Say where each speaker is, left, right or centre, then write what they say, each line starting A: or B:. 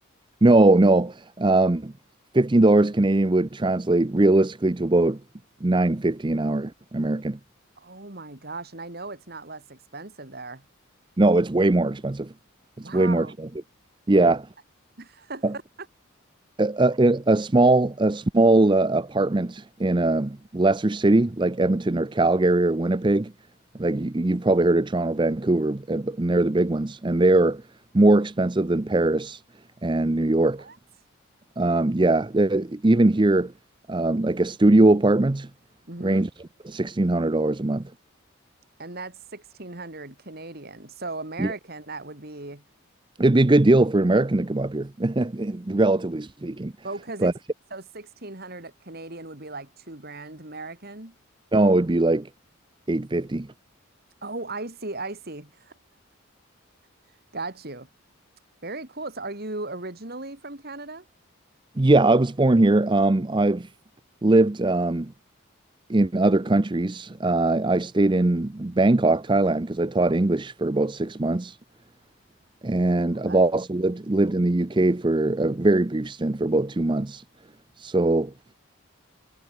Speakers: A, on the right; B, on the right.
A: No, no. Um, 15 dollars Canadian would translate realistically to about 9.50 an hour American.
B: Oh my gosh. And I know it's not less expensive there.
A: No, it's way more expensive. It's
B: Wow.
A: way more expensive. Yeah.
B: What the-
A: A, a, a a small a small uh, apartment in a lesser city like Edmonton or Calgary or Winnipeg, like you, you've probably heard of Toronto, Vancouver, uh, and they're the big ones, and they are more expensive than Paris and New York.
B: <laughs>
A: Um, Yeah, uh, even here, um, like a studio apartment
B: hmm
A: ranges $1,600 a month.
B: And that's 1600 Canadian. So American,
A: Yeah,
B: that would be,
A: it'd be a good deal for an American to come up here, <laughs> relatively speaking.
B: oh, because
A: But
B: it's so 1600 Canadian would be like two grand American.
A: no, it'd be like 850
B: Oh, I see. I see. <laughs> Got you. Very cool. So are you originally from Canada?
A: Yeah, I was born here. Um, I've lived um, in other countries. Uh, I stayed in Bangkok, Thailand, because I taught English for about six months, and
B: Oh,
A: I've
B: that's
A: also
B: cool.
A: lived lived in the UK for a very brief stint for about two months. So